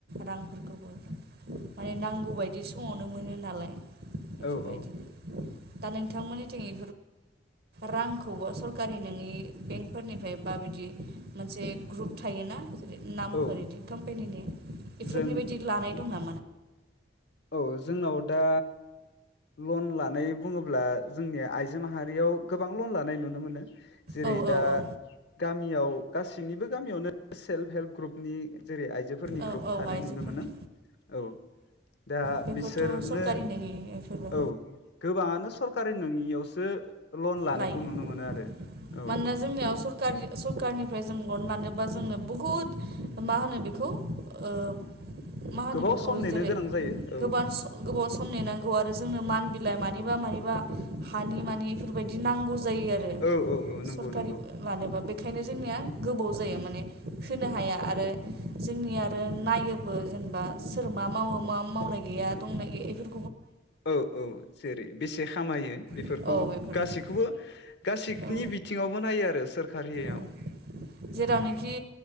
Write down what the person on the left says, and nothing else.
औ औ
<inaudible>
औ
जों
अ जोंनाव दा लन लानाय बुङोब्ला जोंनि आइजो माहारियाव गोबां लन लानाय नुनो मोनो जे यै
दा
गामियाव गासैनिबो गामियावनो सेल्फ हेल्प ग्रुपनि जेरै आइजो फोरनि
ग्रुप
थानाय
नुनो मोनो औ दा
बिसोरनो
औ गोबाङानो सरकारि नोङियावसो लन लानायखौ
नुनो मोनो आरो औ
गोबाव
सम नेनो
गोनां जायो औ
औ औ औ नंगौ
नंगौ
औ औ जेरै बेसे खामायो बेफोरखौ
गासैखौबो गासैनि
बिथिङावबो नायो आरो सोरकारियाव